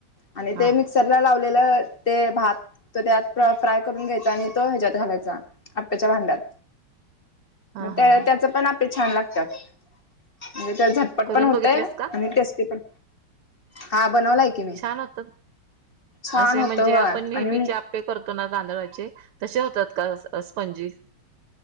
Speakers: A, on the left; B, on the right.
A: आणि
B: हा
A: ते मिक्सरला लाव <unintelligible> ते भात त्यात फ्राय करून घ्यायचा आणि तो ह्याच्यात घालायचा आप्याच्या भांड्यात.
B: हा
A: म त्या
B: हा हा
A: त्याच पण आप ते छान लागतात. म्हणजे त्या झटपट
B: करून
A: पण हो
B: बघितलेस
A: होतय
B: का
A: आणि टेस्टी पण, हा बनवला आहे की मी,
B: छान होतात
A: छान
B: असे
A: होत
B: म्हणजे
A: आणि
B: आपण नेहमीचे आप्पे करतो ना तांदळाचे तसे होतात का स स्पंजी.